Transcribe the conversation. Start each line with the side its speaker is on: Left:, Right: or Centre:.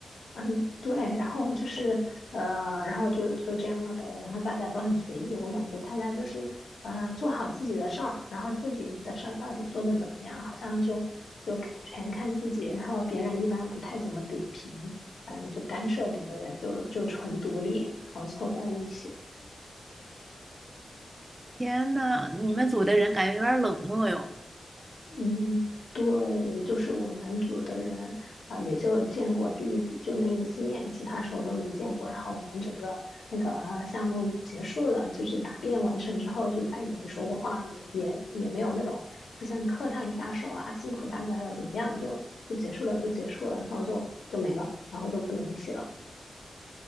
Left: 嗯，对，然后就是呃，然后就就这样了呗，然后大家都很随意，我感觉大家就是呃做好自己的事儿，然后自己的事儿到底做得怎么样，好像就就全看自己，然后别人一般不太怎么点评，嗯，就干涉别的人，就就纯独立，然后凑在一起。
Right: 天呐，你们组的人感觉有点冷漠哟。
Left: 嗯，对，就是我们组的人啊、也就见过第一次，就那一次面，其他时候都没见过。然后我们整个那个项目结束了，就是答辩完成之后，就再也没说过话，也也也没有那种互相客套一下说啊辛苦大家了，怎么样，就就结束了，就结束了，然后就就没了，然后就不联系了。